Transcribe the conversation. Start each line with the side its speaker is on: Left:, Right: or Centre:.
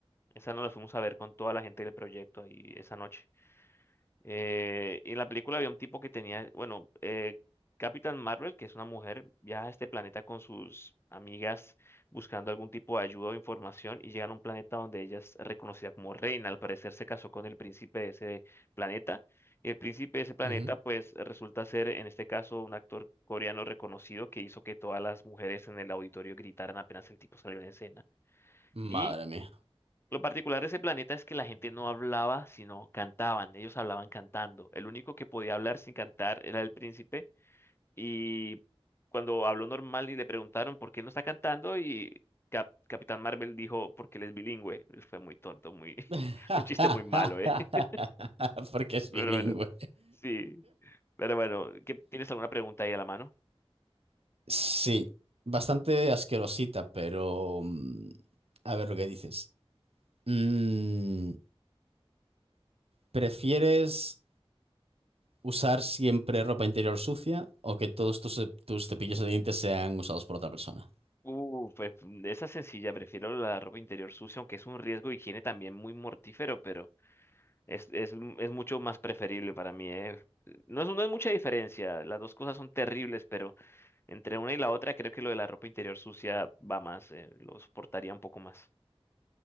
Left: Esa nos la fuimos a ver con toda la gente del proyecto ahí esa noche. Eh, y en la película había un tipo que tenía, bueno, eh, Capitán Marvel, que es una mujer, viaja a este planeta con sus amigas buscando algún tipo de ayuda o información y llegan a un planeta donde ella es reconocida como reina. Al parecer se casó con el príncipe de ese planeta. Y el príncipe de ese planeta,
Right: ujú.
Left: pues, resulta ser, en este caso, un actor coreano reconocido que hizo que todas las mujeres en el auditorio gritaran apenas el tipo salió en escena.
Right: Madre
Left: Y
Right: mía.
Left: lo particular de ese planeta es que la gente no hablaba, sino cantaban. Ellos hablaban cantando. El único que podía hablar sin cantar era el príncipe. Y cuando habló normal y le preguntaron por qué no está cantando, y Cap- Capitán Marvel dijo porque él es bilingüe. Fue muy tonto, muy <laughs>
Right: <laughs>
Left: un chiste muy malo, ¿eh? <laughs>
Right: Porque es
Left: Pero
Right: bilingüe.
Left: bueno, sí. Pero bueno, ¿qué- ¿tienes alguna pregunta ahí a la mano?
Right: Sí, bastante asquerosita, pero... mm, A ver lo que dices. Mm, ¿prefieres usar siempre ropa interior sucia o que todos tus, eh, tus cepillos de dientes sean usados por otra persona?
Left: Uh, pues de esa sencilla, prefiero la ropa interior sucia, aunque es un riesgo de higiene también muy mortífero, pero Es, es, es mucho más preferible para mí, ¿eh? No es, no es mucha diferencia, las dos cosas son terribles, pero entre una y la otra creo que lo de la ropa interior sucia va más, eh, lo soportaría un poco más.